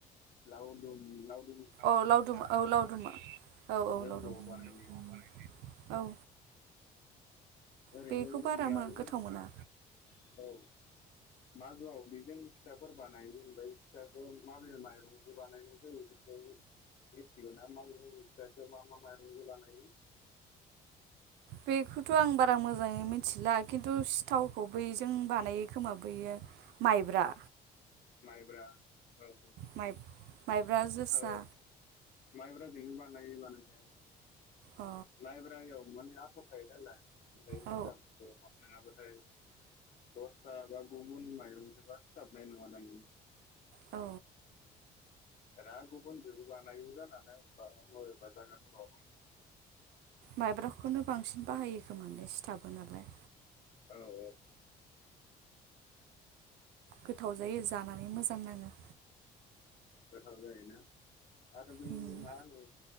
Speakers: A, on the left; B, on the right.
A: लावदुम लाव
B: औ लावदुम औ लावदुम औ
A: होनो
B: औ लावदुम
A: जौद'आव बानायनाया
B: औ।
A: ओरैनो
B: बेखौ बारा
A: जेनेबा
B: गोथाव
A: जों औ।
B: मोना
A: मागोआव बेजों फिथाफोर बानायो जेनेबा इ फिथाखौ माबे माइरंजो बानायनाय जायो बेफोरखौ मिथिगौ ना? माब फिथखौ मा मा माइरंजों बानायो?
B: बेखौथ' आं बारा मोजाङै मिथिला खिन्थु सिथावखौ बैजों बानायो खोमा बैयो। माइब्रा।
A: माइब्रा। औ औ औ।
B: माइ माइब्रा जोसा
A: ओ माइब्राजोंनो बानायो बानायनायालाय
B: अ
A: माइब्रायाव माने आथा थायो नालाय ओमफ्राय सिथाबो
B: औ
A: नङाबाथाय दस्रा बा गुबुन माइरंजोंबा सिथाबनाय नङा थदां इयो।
B: औ।
A: दा गुबुनजोंबो बानायो जानानै अबेबा बबेेबा जायगाफोराव।
B: माइब्राखौनो बांसिन बाहायो खोमा दे सिथाबो नालाय
A: औ औ।
B: गोथाव जायो जानानै मोजां नाङो।
A: औ जायोना आरो बे
B: उम
A: मा होनो